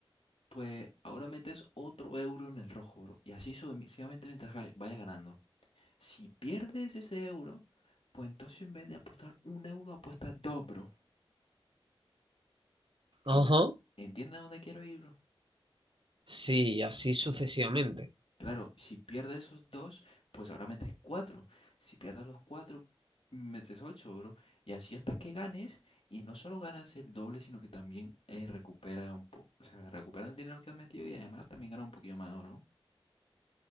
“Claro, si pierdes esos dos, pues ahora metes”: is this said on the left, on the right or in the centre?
Left